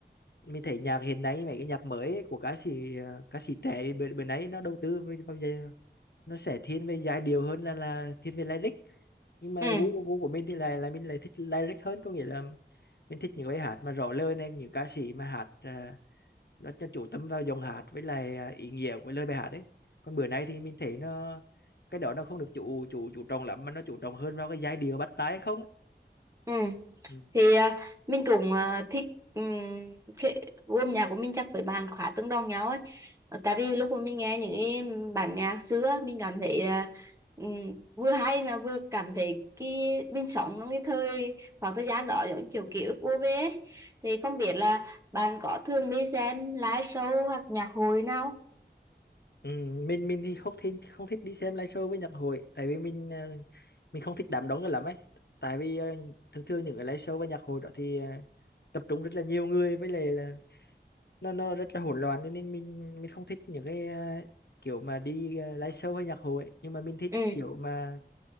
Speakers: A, on the left (about 65°); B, on the right (about 15°).
A: mình thấy nhạc hiện nay mấy cái nhạc mới ấy, của ca sĩ ờ, ca sĩ trẻ bên bên ấy nó đầu tư về- bao giờ nó sẽ thiên về giai điệu hơn là là thiên về lyric nhưng mà
B: ừ
A: gu của gu của mình thì là là mình lại thích lyric hơn có nghĩa là mình thích những bài hát mà rõ lời này những ca sĩ mà hát à, nó, nó chủ tâm vào dòng hát với lại à, ý nghĩa của lời bài hát ấy còn bữa nay thì mình thấy nó cái đó nó không được chủ chủ chủ trọng lắm mà nó chủ trọng hơn vào cái giai điệu bắt tai không ấy.
B: ừ
A: Ừ.
B: thì à, mình cũng à, thích um, cái gu âm nhạc của mình chắc với bạn khá tương đồng nhau ấy Ờ, tại vì lúc mà mình nghe những cái bản nhạc xưa mình cảm thấy à, ừm, vừa hay mà vừa cảm thấy cái mình sống trong cái thời khoảng thời gian đó giống như kiểu ký ức ùa về ấy. thì không biết là bạn có thường đi xem live show hoặc nhạc hội nào
A: Ừ, mình mình thì không thích không thích đi xem live show với nhạc hội tại vì mình ờ, mình không thích đám đông cho lắm ấy tại vì ờ, thường thường những cái live show với nhạc hội đó thì ờ, tập trung rất là nhiều người với lại là nó nó rất là hỗn loạn cho nên mình mình không thích những cái ờ, kiểu mà đi ờ, live show hay nhạc hội ấy. nhưng mà mình thích
B: ừ
A: kiểu mà